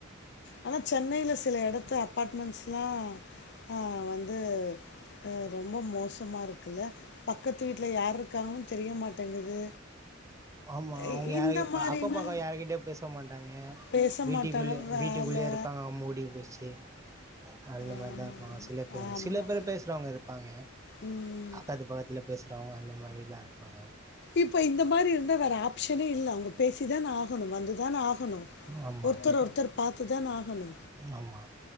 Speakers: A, on the left (about 55°); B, on the right (about 15°).
A: ஆனா சென்னைல சில எடத்து அப்பார்ட்மெண்ட்ஸ்ல்லா ஆ வந்து ஆ ரொம்ப மோசமா இருக்குல்ல பக்கத்து வீட்ல யார் இருக்காங்கன்னு தெரிய மாட்டேங்குது
B: ஆமா அவங்க
A: இ-
B: யாரயு
A: இந்த
B: இப்ப
A: மாதிரினா
B: அக்கப்பக்கோ யாருக்கிட்டயு பேச மாட்டாங்க
A: பேச
B: வீட்டுக்குள்ள
A: மாட்டாங்க வேலை
B: வீட்டுக் குல்லையே இருப்பாங்க மூடி <unintelligible> அந்த
A: ஆமாம்
B: மாரிதா இருப்பாங்க சில பேருங்க
A: ஆமாம்
B: சில பேரு பேசுறவங்க இருப்பாங்க
A: ம்
B: அக்கத்து பக்கத்துல பேசுறவங்க அந்த மாரில இருப்பாங்க
A: இப்ப இந்த மாரி இருந்தா வேறு ஆப்ஷனே இல்ல அவங்க பேசி தான ஆகணு வந்து தான ஆகணு
B: ஆமா
A: ஒருத்தர் ஒருத்தர் பாத்துதான ஆகணு
B: ஆமா